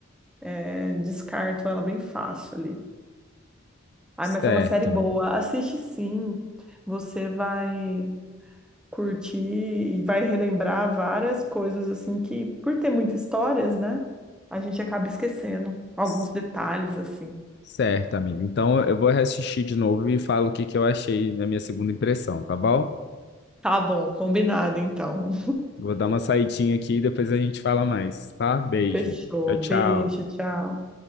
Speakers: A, in the centre; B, on the left.
A: é, descarto ela bem fácil ali. Ai,
B: Certo.
A: mas é uma série boa. Assiste sim. Você vai curtir e vai relembrar várias coisas assim que, por ter muitas histórias, né? A gente acaba esquecendo alguns
B: C-
A: detalhes assim.
B: Certo, amigo. Então, eu vou assistir de novo e falo o que que eu achei na minha segunda impressão, tá bom?
A: Tá bom, combinado então.
B: Vou dar uma saidinha aqui e depois a gente fala mais, tá?
A: <laughs>
B: Beijo.
A: Fechou.
B: Tchau,
A: Beijo,
B: tchau.
A: tchau.